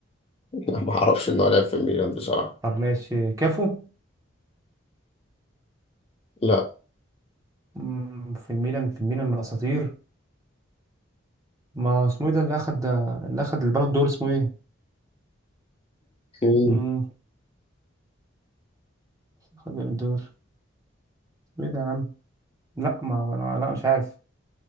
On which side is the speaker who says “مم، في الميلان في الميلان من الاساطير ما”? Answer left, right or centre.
Right